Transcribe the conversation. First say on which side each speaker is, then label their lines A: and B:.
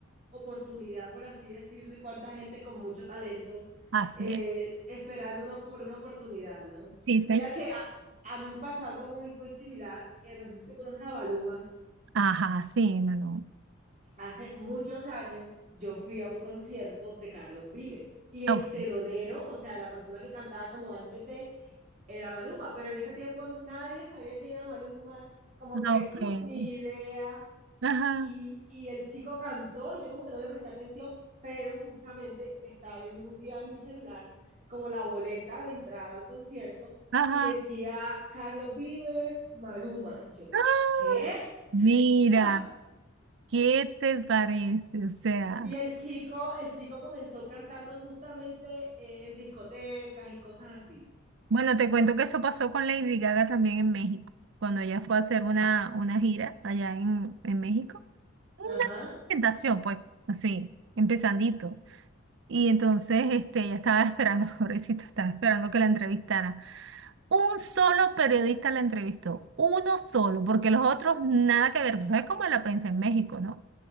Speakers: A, on the right; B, on the right.
A: oportunidad, por así decirlo, y cuánta gente con mucho talento
B: así
A: eh,
B: es.
A: esperando una, por una oportunidad, ¿no?
B: Sí,
A: Mira que a, a mí me pasó algo muy, muy similar. eh, no sé si tú conoces a Maluma.
B: Ajá, sí, no, no.
A: Hace muchos años yo fui a un concierto de Carlos Vives y el
B: Oh,
A: telonero, o sea, la persona que cantaba como antes de, era Maluma, pero en ese tiempo no- nadie sabía quién era Maluma, como
B: ok.
A: que mm, ni idea.
B: Ajá,
A: Y, y el chico cantó y yo como que no le presté atención, pero justamente estaba viendo un día en mi celular como la boleta de entrada al concierto
B: ajá.
A: y decía Carlos Vives, Maluma. Y yo,
B: ¡Ah!
A: ¿qué?
B: Mira,
A: <laughs>
B: ¿qué te parece? O sea,
A: Y el chico, el chico comenzó cantando justamente eh, en discotecas y cosas así.
B: bueno, te cuento que eso pasó con Lady Gaga también en México, cuando ella fue a hacer una, una gira allá en, en México. Una
A: Ajá.
B: presentación, pues, así, empezandito. Y entonces, este, ella estaba esperando, <laughs> pobrecita, estaba esperando que la entrevistara. Un solo periodista la entrevistó, uno solo, porque los otros nada que ver. Tú sabes cómo es la prensa en México, ¿no?